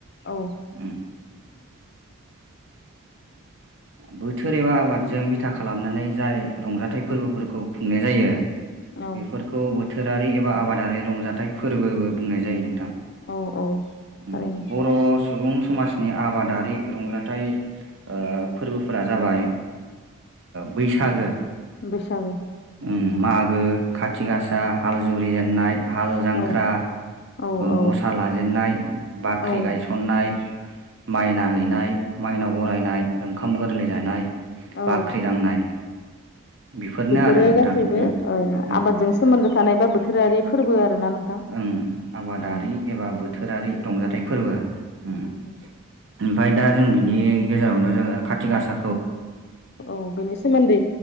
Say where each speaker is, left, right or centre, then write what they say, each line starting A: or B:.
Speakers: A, on the left; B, on the right.
A: औ
B: उम बोथोर एबा आबादजों बिथा खालामनानै जाय रंजाथाइ फोरबोफोरखौ खुंनाय जायो
A: औ
B: बेफोरखौ बोथोरारि एबा आबादारि रंजाथाइ फोरबोबो बुंनाय जायो नोंथां।
A: औ औ थारैनो
B: बर' सुबुं समाजनि आबादारि रंजाथाइ ओ फोरबोफोरा जाबाय बैसागो
A: बैसागु
B: ओं मागो खाथि गासा हाल जुरि जेननाय हाल जांख्रा
A: औ औ औ
B: गसा लाजेननाय बाख्रि
A: औ
B: गायसननाय माइना हैनाय माइनाव बरायनाय ओंखाम गोरलै जानाय
A: औ
B: बाख्रि दांनाय बेफोरनो
A: बेफोरो
B: आरो नोंथां
A: गासैबो
B: उम उम
A: आबादजों सोमोन्दो थानाय बा बोथोरारि फोरबो आरोना नोंथां
B: ओं आबादारि
A: औ
B: एबा बोथोरारि रंजाथाइ फोरबो
A: उम
B: ओं।
A: उम
B: ओमफ्राय दा जों बिनि गेजेरावनो जोङो खाथि गासा
A: औ बेनि सोमोन्दै